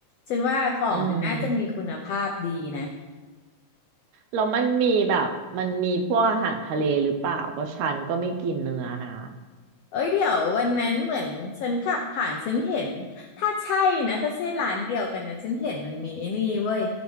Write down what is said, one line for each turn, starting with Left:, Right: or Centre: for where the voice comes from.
Left: ฉันว่าของมันน่าจะมีคุณภาพดีนะ
Right: อืมแล้วมันมีแบบมันมีพวกอาหารทะเลหรือเปล่าเพราะฉันก็ไม่กินเนื้อนะ
Left: เอ้ยเดี๋ยววันนั้นเหมือนฉันขับผ่านฉันเห็นถ้าใช่นะถ้าใช่ร้านเดียวกันนะฉันเห็นมันมีไอ้นี่เว้ย